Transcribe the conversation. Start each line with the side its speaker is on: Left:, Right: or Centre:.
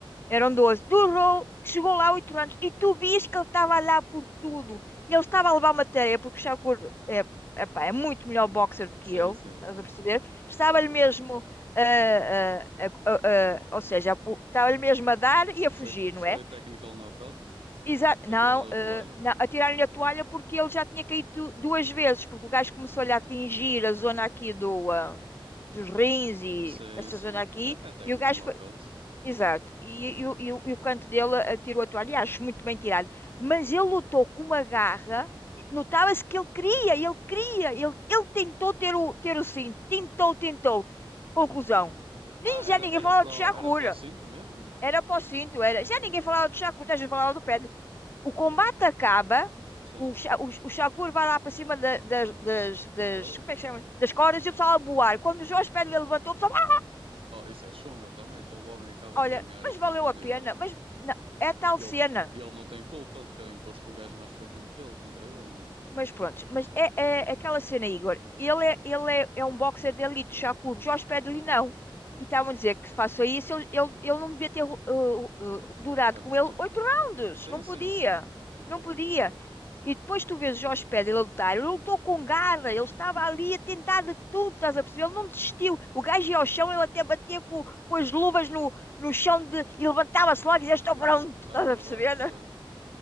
Left: Eram 12. Durou, chegou lá oito rounds. E tu vias que ele estava a dar por tudo. Ele estava a levar uma tareia, porque o Shakur é, epá, é muito melhor boxer do que
Right: Sim,
Left: eu.
Right: sim,
Left: Estás
Right: sim.
Left: a perceber? Estava-lhe
Right: Claro.
Left: mesmo, ah, ah, a- a- a- ou seja, estava-lhe mesmo a dar e a fugir,
Right: Foi,
Left: não
Right: foi
Left: é?
Right: a technical knockout?
Left: Exa não,
Right: Atiraram
Left: eh,
Right: a toalha?
Left: não, atiraram-lhe
Right: Ou não?
Left: a toalha porque ele já tinha caído duas vezes, porque o gajo começou-lhe a atingir a zona aqui do, ah, dos rins e
Right: Sim,
Left: essa
Right: sim.
Left: zona aqui,
Right: É, é technical
Left: e o gajo
Right: knockout.
Left: foi. Exato, e, e o e o- e o canto dele atirou a toalha, e acho muito bem tirado. Mas ele lutou com uma garra, e notava-se que ele queria, ele queria, ele, ele tentou ter o, ter o cinto, tentou, tentou. Conclusão: nem
Right: Ah,
Left: já
Right: era,
Left: ninguém
Right: era
Left: falava
Right: para
Left: de Shakura,
Right: o, era para o cinto mesmo?
Left: era para o cinto, era. Já ninguém falava de Shakura, já falava do pé o combate acaba,
Right: Sim.
Left: o, Sha- o, o Shakur vai lá para cima da- das, das, das,
Right: Das cordas?
Left: como é que chama? Das cordas e o pessoal a boar.
Right: É.
Left: Quando o Jorge Padilha levantou, o pessoal, "Ah,
Right: Oh, isso é chunga também. Então o homem acaba
Left: olha,
Right: de ganhar
Left: mas
Right: e estão-lhe
Left: valeu
Right: ali
Left: a pena,
Right: a.
Left: mas não, é tal
Right: Ele,
Left: cena.
Right: ele não tem culpa de terem posto um gajo mais fraquinho que ele contra ele, não é?
Left: Mas pronto, mas é, é aquela cena, Igor. Ele é, ele é, é um boxer de elite, Shakur. Jorge Pedro-lhe não.
Right: Hum.
Left: E estavam a dizer que faça isso, ele, ele, ele não devia ter uh, uh, durado
Right: Arte
Left: com ele
Right: de-
Left: oito rounds.
Right: Sim,
Left: Não
Right: sim,
Left: podia.
Right: sim. Concordo,
Left: Não podia.
Right: concordo.
Left: E depois tu vês o Jorge Pedro ele a lutar. Ele lutou com garra. Ele estava ali a tentar de tudo, estás a perceber? Ele não desistiu. O gajo ia ao chão, ele até batia com, com as luvas no, no chão de, e levantava-se logo e dizia: Estou
Right: De
Left: pronto,
Right: enerv... estar
Left: estás
Right: enervado,
Left: a perceber?
Right: certo.